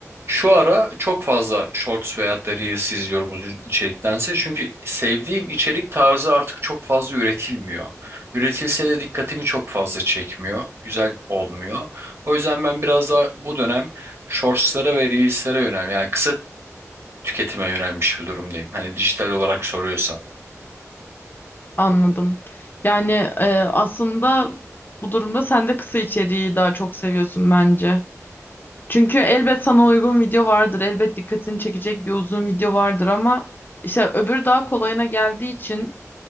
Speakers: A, on the right; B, on the left.
A: şu ara çok fazla Shorts veyahut da Reels izliyorum uzun içeriktense. Çünkü sevdiğim içerik tarzı artık çok fazla üretilmiyor. Üretilse de dikkatimi çok fazla çekmiyor. Güzel olmuyor. O yüzden ben biraz daha bu dönem Shorts'lara ve Reels'lere yönel Yani kısa tüketime yönelmiş bir durumdayım. Hani dijital olarak soruyorsan.
B: Anladım. Yani e, aslında bu durumda sen de kısa içeriği daha çok seviyorsun bence. Çünkü elbet sana uygun video vardır. Elbet dikkatini çekecek bir uzun video vardır ama işte öbürü daha kolayına geldiği için